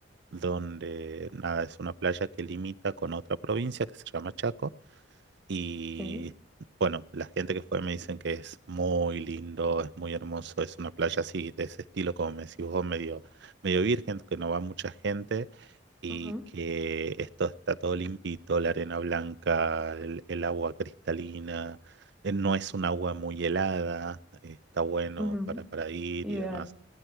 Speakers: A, on the right (about 60°); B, in the centre.
A: donde, nada, es una playa que limita con otra provincia que se llama Chaco y
B: ok.
A: bueno, la gente que fue me dicen que es muy lindo, es muy hermoso, es una playa así, de ese estilo, como me decís vos, medio, medio virgen, que no va mucha gente y
B: Ujú,
A: que esto está todo limpito, la arena blanca, el, el agua cristalina, eh, no es un agua muy helada, eh, está bueno
B: ujú,
A: para, para ir
B: Ideal.
A: y demás.